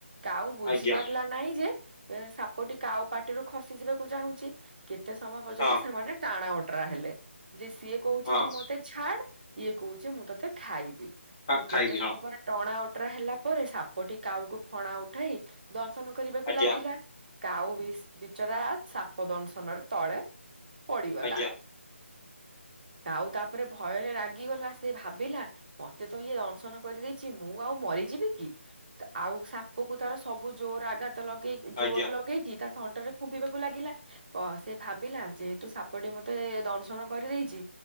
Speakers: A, on the right; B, on the left.
A: କାଉ ବୁଝିପାରିଲାନ
B: ଆଜ୍ଞା
A: ନାଇଁ ଯେ ଏ ସାପଟି କାଉ ପାଟିରୁ ଖସି ଯିବାକୁ ଚାହୁଁଛି। କେତେ ସମୟ ପର୍ଯ୍ୟନ୍ତ
B: ହଁ
A: ସେମାନେ ଟାଣ ଓଟରା ହେଲେ ଯେ ସିଏ କହୁଛି
B: ହଁ
A: ତୁ ମତେ ଛାଡ ଇଏ କହୁଛି ମୁଁ ତତେ ଖାଇବି।
B: ଖା-
A: ତ କେତେ
B: ଖାଇବି
A: ସମୟ
B: ହଁ
A: ପରେ ଟଣା ଅଟରା ହେଲା ପରେ ସାପଟି କାଉକୁ ଫଣା ଉଠାଇ ଦର୍ଶନ କରିବାକୁ
B: ଆଜ୍ଞା
A: ଲାଗିଲା। କାଉ ବିଚରା ସାପ ଦଂଶନରେ ତଳେ ପଡିଗଲା।
B: ଆଜ୍ଞା
A: କାଉ ତାପରେ ଭୟରେ ରାଗିଗଲା। ସେ ଭାବିଲା ମତେ ତ ଇଏ ଦଂଶନ କରିଦେଇଛି ମୁଁ ଆଉ ମରିଯିବି କି! ଆଉ ସାପ କ ତାର ସବୁ ଜୋର ଆଘାତ ଲଗେଇକି ଜୋର
B: ଆଜ୍ଞା
A: ଲଗେଇକି ତା ଥଣ୍ଟରେ ଖୁମ୍ପିବାକୁ ଲାଗିଲା କ ସେ ଭାବିଲା ଯେହେତୁ ସାପଟି ମତେ ଦଂଶନ କରିଦେଇଛି।